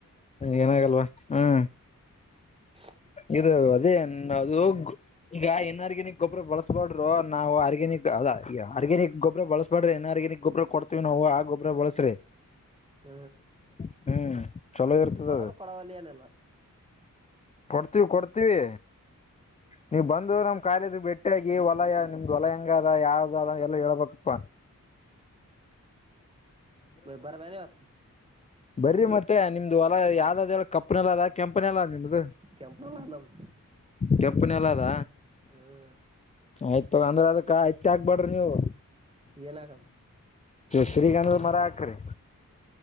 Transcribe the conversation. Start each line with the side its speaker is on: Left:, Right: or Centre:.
Left: ಏನಾಗಲ್ವಾ ಹ್ಮ್
Right: <unintelligible>
Left: ಇದು ಅದೇ ಅದು ಈಗ ಇನ್ ಆರ್ಗ್ಯನಿಕ್ ಗೊಬರ ಬಳಸ್ಬೋಡರು ನಾವು ಆರ್ಗ್ಯನಿಕ್ ಅಲ್ಲ ಈಗ ಆರ್ಗ್ಯನಕ್ ಗೊಬ ಬಳಸ್ಬ್ರೆ ಇನ್ ಆರ್ಗ್ಯನಕ್ ಗೊಬ್ಬರ ಕೊಡ್ತೇವಿ ನಾವು ಆ ಗೊಬ ಬಳಸ್ರೆ
Right: ಹ್ಮ್
Left: ಹ್ಮ್ ಚಲೋ ಇರ್ತದ
Right: ಕೊಡನು
Left: ಅದು
Right: ಕೊಡವಲ್ಲಿ ನಲ್ಲ
Left: ಕೊಡ್ತೀವಿ ಕೊಡ್ತೀವಿ ನೀವ್ ಬಂದು ನಮ್ ಕಾಲೇಜಿಗೆ ಭೇಟಿಯಾಗಿ ಹೊಲಯ ನಿಮ್ದ್ ಹೊಲಯ ಹೆಂಗ ಅದ ಯಾವ್ದ ಅದ ಎಲ್ಲ ಹೇಳ್ಬೇಕಪ್ಪ
Right: ಹ್ಮ್ ಬಾರಬೆಲೆ ಇವತ್ತು
Left: ಬರಿ ಮತ್ತೆ ನಿಮ್ದು ಹೊಲ ಯಾವ್ದ್ದ ಕಪ್ನಲದ್ದ ಕೆಂಪನಿನಲ್ಲ ನಿಮ್ದು
Right: ಕೆಂಪು ಹೊಲ ನಮ್ದು
Left: ಕೆಂಪನಲದ್ದ
Right: ಹ್ಮ್
Left: ಆಯ್ತ ತಕೊ ಅಂದ್ರೆ ಅದಕ್ಕ ಆಯ್ತಾ ಹಾಕಬೇಡ್ರಿ ನೀವು
Right: ಏನಕಮ್ಮ
Left: ಶ್ರೀಗಂಧದ ಮರ ಹಾಕ್ರಿ